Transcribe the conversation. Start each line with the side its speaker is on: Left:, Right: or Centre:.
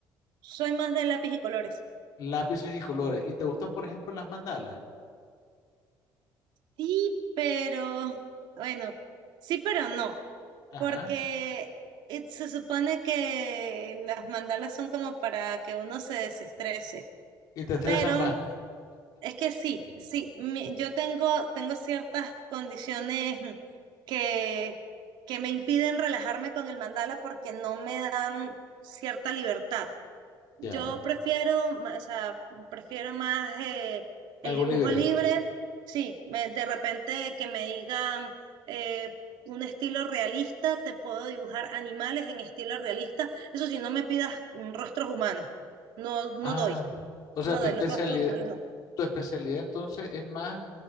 Right: soy más de lápiz y colores.
Left: Lápices y colores. ¿Y te gustan, por ejemplo, las mandalas?
Right: Sí, pero bueno, sí, pero no.
Left: Ajá.
Right: Porque eh, se supone que las mandalas son como para que uno se desestrese,
Left: ¿Y te estresan
Right: pero
Left: más?
Right: es que sí, sí, mi- yo tengo, tengo ciertas condiciones que, que me impiden relajarme con el mandala porque no me dan cierta libertad. Yo
Left: Ya.
Right: prefiero, ma- o sea, prefiero más eh, el
Left: Algo
Right: dibujo
Left: libre.
Right: libre. Sí, me- de repente que me digan eh, un estilo realista, te puedo dibujar animales en estilo realista. Eso sí, no me pidas mm, rostros humanos. No, no
Left: Ah.
Right: doy,
Left: O sea,
Right: no
Left: tu
Right: doy
Left: especialidad,
Right: los rostros humanos, no.
Left: tu especialidad entonces es más